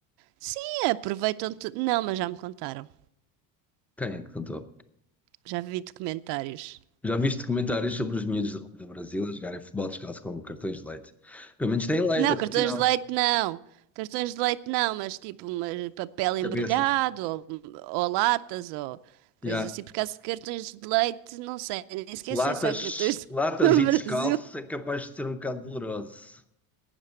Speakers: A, on the right; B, in the centre.
A: sim, aproveitam tudo. Não, mas já me contaram.
B: Quem é que contou?
A: Já vi documentários.
B: Já viste comentários sobre os miúdos do do Brasil a jogarem futebol descalço com cartões de leite? Pelo menos têm leite,
A: Não, cartões
B: afinal.
A: de leite não. Cartões de leite não, mas tipo uma- papel embrulhado
B: Cabeças.
A: ou, ou latas ou
B: Já.
A: coisas assim. Por causa de cartões de leite, não sei, nem sequer
B: Latas,
A: sei se há cartões
B: latas
A: de <laughs> leite
B: e
A: no Brasil.
B: descalço é capaz de ser um bocado doloroso.